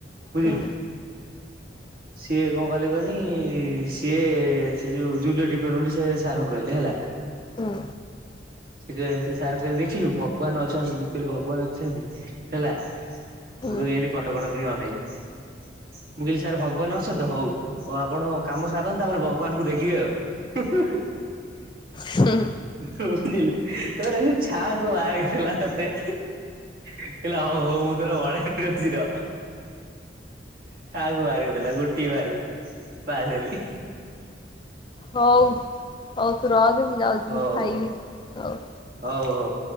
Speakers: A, on the right (about 55°); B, on the left (about 25°).
A: ବୁଝିଲୁ।
B: ହୁଁ
A: ସିଏ କଣ କଲେ କହନି, ସିଏ ସେ ଯୋଉ ଜୁଲୋଜି ଡିପାର୍ଟମେଣ୍ଟରେ ସେ ସାରଙ୍କୁ କହିଲେ ହେଲା।
B: ହୁଁ।
A: ଯେ ସେ ସାର କହିଲେ ଦେଖିଲୁ ଭଗବାନ ଅଛନ୍ତି, ମୁଁ କହିଲି ଭଗବାନ ଅଛନ୍ତି ହେଲା।
B: ହୁଁ
A: ମୁଁ ଖାଲି ଏମିତି କଟକଟ କିରି ଅନେଇଲି। ମୁଁ କହିଲି ସାର ଭଗବାନ ଅଛନ୍ତି ତ ହଉ ହଉ ଆପଣ କାମ ସାରନ୍ତୁ ତାପରେ ଭଗବାନଙ୍କୁ ଦେଖିବେ ଆଉ। <inaudible>
B: ହୁଁ ହୁଁ।
A: ବୁଝିଲୁ ତାପରେ ଇଏ ଛାଆଙ୍କୁ ମାର୍କ ଦେଲା ମତେ। କହିଲା ହଉ ହଉ ମୁଁ ତୋର <inaudible> ର। ଛାଁଆକୁ ମାର୍କ ଦେଲା ଗୋଟିଏ ମାର୍କ ପାସ ହେଲି।
B: ହଉ ହଉ ତୁ ରଖେ ମୁଁ ଯାଉଚି
A: ହଉ
B: ଯିବି ଖାଇବି, ହଉ।
A: ହଉ ହଉ।